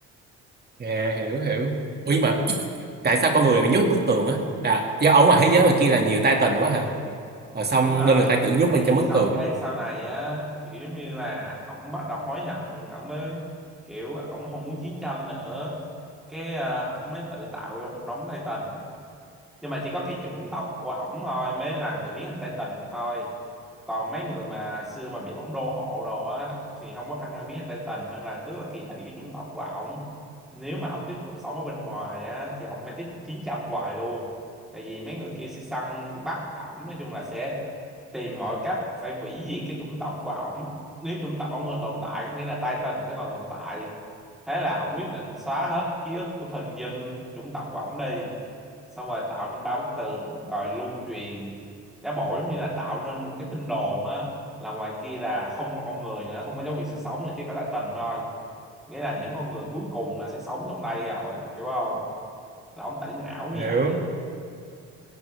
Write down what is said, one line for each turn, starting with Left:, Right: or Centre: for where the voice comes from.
Right: À, hiểu hiểu. Ủa nhưng mà <clears throat> tại sao con người lại bị nhốt bức tường á? Là do ở ngoài thế giới mà kia là nhiều Titan quá hả? Rồi xong
Centre: đúng rồi
Right: nên người ta tự nhốt
Centre: tại
Right: mình
Centre: vì
Right: trong bức
Centre: xong
Right: tường.
Centre: cái sau này á kiểu giống như là ổng bắt đầu hối hận ổng mới kiểu ổng không muốn chiến tranh nữa cái ờ, ổng mới tự tạo ra một đống tay Titan nhưng mà chỉ có cái chủng tộc của ổng thôi mới là người biến hình Tây Tình thôi còn mấy người mà xưa mà bị ổng đô hộ đồ á thì không có khả năng biến thành Tây Tình nên là rất là kỳ thị cái chủng tộc của ổng nếu mà ổng tiếp tục sống ở bên ngoài á thì ổng phải tiếp tục chiến tranh hoài luôn tại vì mấy người kia sẽ săn bắt ổng nói chung là sẽ tìm mọi cách phải hủy diệt cái chủng tộc của ổng nếu chủng tộc ổng còn tồn tại có nghĩa là Titan sẽ còn tồn tại thế là ổng quyết định xóa hết ký ức của thần dân chủng tộc của ổng đi xong rồi tạo nên ba bức tường rồi lưu truyền giả bộ giống như là tạo nên một cái tin đồn á là ngoài kia là không còn con người nữa không có dấu hiệu sự sống nữa chỉ có là tình thôi nghĩa là những con người cuối cùng là sẽ sống trong đây rồi hiểu không là ông tẩy não như
Right: Hiểu.
Centre: vậy